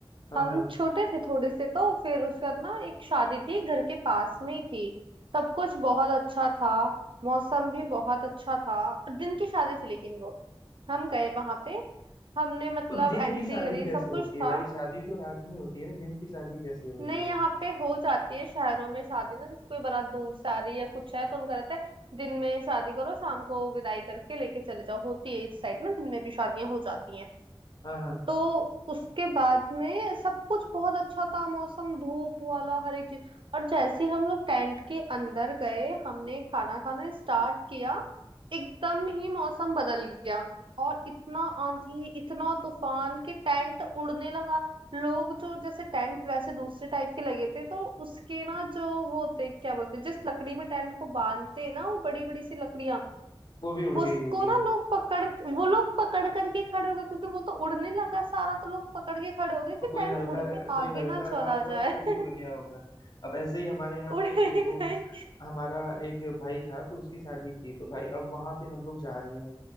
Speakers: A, on the left; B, on the right.
A: हाँ
B: हम
A: हाँ
B: छोटे थे थोड़े से तो फिर उसके बाद ना एक शादी थी घर के पास में ही थी सब कुछ बहुत अच्छा था मौसम भी बहुत अच्छा था दिन की शादी थी लेकिन वो हम गए वहां पे हमने मतलब
A: तो दिन
B: एंट्री
A: की शादी
B: करी
A: कैसे
B: सब कुछ
A: होती है
B: था
A: भाई शादी तो रात में होती है ना दिन की शादी कैसे हो रही
B: नहीं
A: है
B: यहाँ पे हो जाती है शहरों में शादी ना जैसे कोई बारात दूर से आ रही है या कुछ है तो उनका रहता है दिन में शादी करो शाम को विदाई करके लेके चले जाओ होती है इस साइड ना दिन में भी शादियां हो जाती हैं
A: हाँ हाँ
B: तो उसके बाद में सब कुछ बहुत अच्छा था मौसम धूप वाला हर एक चीज और जैसे ही हम लोग टेंट के अंदर गए हमने खाना खाना स्टार्ट किया एकदम ही मौसम बदल गया और इतना आंधी इतना तूफान कि टेंट उड़ने लगा लोग जो जैसे टेंट वैसे दूसरे टाइप के लगे थे तो उसके ना जो वो थे क्या बोलते जिस लकड़ी में टेंट को बांधते हैं ना वो बड़ी बड़ी सी लकड़ियां
A: वो भी उड़ गई
B: उसको
A: होगी
B: ना लोग पकड़ वो लोग पकड़ करके खड़े हो गए क्योंकि वो तो उड़ने लगा सारा तो लोग पकड़ के खड़े हो गए कि
A: और कोई
B: टेंट
A: हल्का
B: उड़
A: रह-
B: के
A: कोई
B: आगे
A: हल्का
B: ना
A: रहा
B: चला
A: होगा
B: जाए
A: तो वो भी
B: <laughs>
A: उड़ गया होगा अब ऐसे ही हमारे यहाँ
B: उड़े
A: पे एक
B: गई
A: वो हमारा एक भाई था तो उसकी शादी थी तो भाई अब वहां पे हम लोग जा रहे हैं